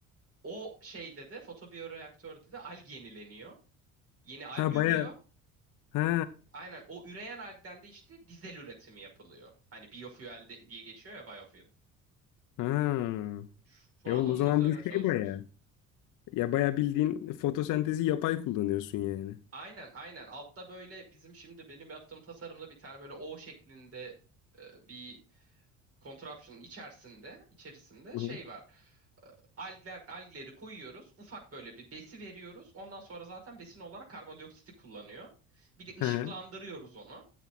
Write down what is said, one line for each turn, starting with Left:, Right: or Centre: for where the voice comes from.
Right: O şeyde de fotobiyoreaktörde de alg yenileniyor. Yeni alg
Left: Ha
Right: ürüyor.
Left: baya ha
Right: Aynen o üreyen algden de işte dizel üretimi yapılıyor. Hani biofuel de- diye geçiyor ya biofuel.
Left: Ha.
Right: Şu şu
Left: E
Right: an
Left: oğlum
Right: onun
Left: o zaman
Right: üzerine
Left: bu şey
Right: çalışıyoruz.
Left: baya. Ya baya bildiğin fotosentezi yapay kullanıyorsun yani.
Right: Aynen aynen altta böyle bizim şimdi benim yaptığım tasarımda bir tane böyle O şeklinde e, bir Contraption'ın içerisinde, içerisinde
Left: Hı
Right: şey
Left: hı.
Right: var. Algler, algleri koyuyoruz. Ufak böyle bir besi veriyoruz. Ondan sonra zaten besin olarak karbondioksiti kullanıyor. Bir de ışıklandırıyoruz
Left: Hı hı.
Right: onu.